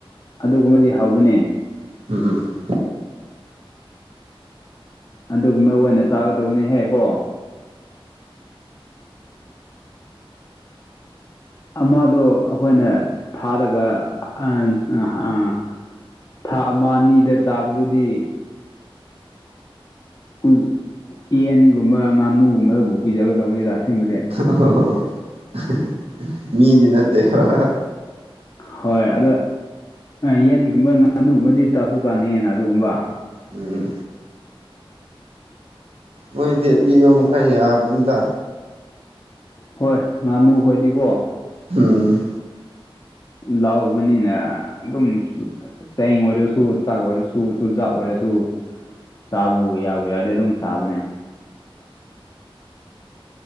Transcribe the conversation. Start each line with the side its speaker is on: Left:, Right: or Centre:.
Left: ꯑꯗꯨꯒꯨꯝꯕꯗꯤ ꯍꯥꯎꯕꯅꯦ
Right: ꯎꯝ
Left: ꯑꯗꯨꯒꯨꯝꯕ ꯑꯣꯏꯅ ꯆꯥꯒꯗꯧꯕꯅꯦꯍꯦ ꯀꯣ ꯑꯃꯗꯣ ꯑꯈꯣꯏꯅ ꯊꯥꯔꯒ ꯑꯥ ꯑꯥ ꯑꯥ ꯊꯥ ꯑꯃ ꯑꯅꯤꯗ ꯆꯥꯕꯗꯨꯗꯤ ꯑꯨ ꯌꯦꯟꯒꯨꯝꯕ ꯉꯥꯅꯨꯒꯨꯝꯕꯗꯕꯨ ꯄꯤꯖꯒꯗꯧꯅꯤꯗ ꯑꯁꯦꯡꯕꯗꯤ
Right: ꯍꯥ ꯍꯥꯍꯣ ꯍꯥꯍꯥꯃꯤꯒꯤ ꯅꯠꯇꯦꯕꯍꯥꯍꯥ
Left: ꯍꯣꯏ ꯑꯗꯣ ꯌꯦꯟꯒꯨꯝꯕ ꯉꯥꯅꯨꯒꯨꯝꯕꯗꯤ ꯆꯥꯁꯨ ꯆꯥꯅꯤꯡꯉꯤꯅ ꯑꯗꯨꯒꯨꯝꯕ
Right: ꯎꯝ ꯃꯣꯏꯗꯤ ꯑꯄꯤꯕ ꯃꯈꯩ ꯌꯥꯕꯅꯤꯗ
Left: ꯍꯣꯏ ꯉꯥꯅꯨ ꯈꯣꯏꯗꯤꯀꯣ
Right: ꯎꯝ
Left: ꯂꯥꯎꯕꯅꯤꯅ ꯑꯗꯨꯝ ꯆꯌꯤꯡꯕꯗꯨꯁꯨ ꯆꯥꯛ ꯑꯣꯏꯔꯁꯨ ꯆꯨꯖꯥꯛ ꯑꯣꯏꯔꯁꯨ ꯆꯥꯕ ꯌꯥꯕꯨ ꯌꯥꯔꯗꯤ ꯑꯗꯨꯝ ꯆꯥꯕꯅꯦ